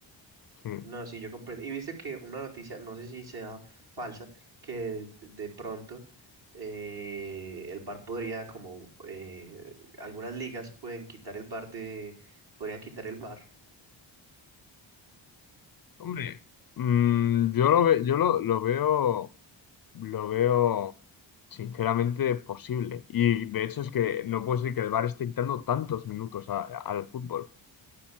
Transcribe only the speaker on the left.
Sí.
Hombre, mm, yo lo, ve- yo lo, lo veo. Lo veo sinceramente posible. Y de hecho es que no puede ser que el VAR esté quitando tantos minutos a- al fútbol.